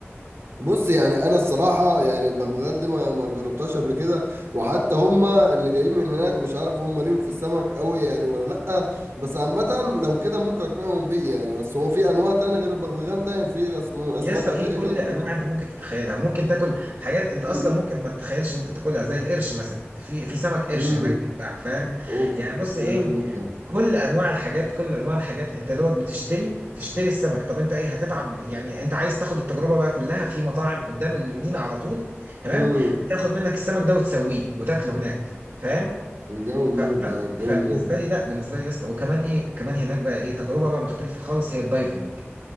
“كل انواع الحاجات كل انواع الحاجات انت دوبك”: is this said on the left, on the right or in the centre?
Right